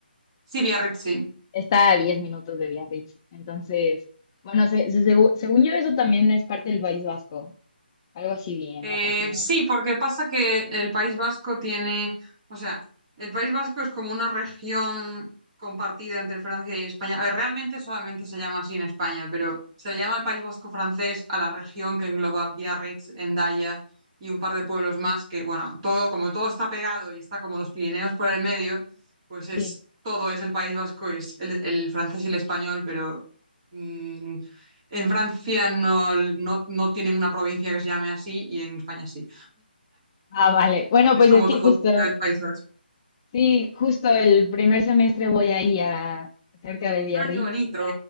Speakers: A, on the right (about 30°); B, on the left (about 25°).
A: Sí, Biarritz, sí.
B: está a 10 minutos de Biarritz. Entonces, bueno, se- se- segu- según yo eso también es parte del País Vasco, algo así vi en
A: Eh,
B: la página.
A: sí, porque pasa que el País Vasco tiene, o sea, el País Vasco es como una región compartida entre Francia y España. A ver, realmente solamente se llama así en España, pero se le llama el País Vasco francés a la región que engloba Biarritz, Endaya y un par de pueblos más que, bueno, todo, como todo está pegado y está como los Pirineos por el medio, pues es
B: Sí.
A: todo es el País Vasco, es el, el francés y el español, pero mm, en Francia no, no, no tienen una provincia que se llame así y en España sí.
B: Ah, vale. Bueno,
A: Es
B: pues
A: como
B: es que
A: todo
B: justo...
A: el País Vasco.
B: Sí, justo el primer semestre voy ahí a cerca de Biarritz.
A: Ah, qué bonito.